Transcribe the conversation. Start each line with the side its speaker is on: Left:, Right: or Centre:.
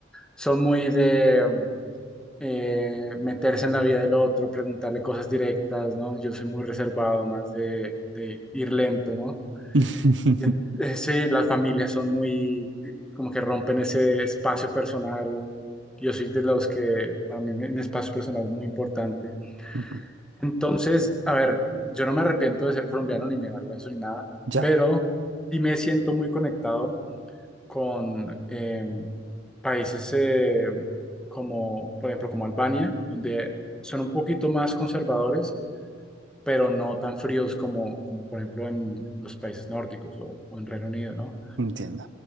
Centre: son muy de eh, meterse en la vida del otro, preguntarle cosas directas, ¿no? Yo soy muy reservado, más de, de ir lento, ¿no?
Right: <laughs>
Centre: En- eh, Sí, las familias son muy, como que rompen ese espacio personal. Yo soy de los que, para mí, un espacio personal es muy importante.
Right: Ujú.
Centre: Entonces, a ver, yo no me arrepiento de ser colombiano ni me avergüenzo ni nada,
Right: Ya.
Centre: pero sí me siento muy conectado con eh, países eh, como, por ejemplo, como Albania, donde son un poquito más conservadores, pero no tan fríos como, como por ejemplo, en los países nórdicos o, o en Reino Unido, ¿no?
Right: Entiendo.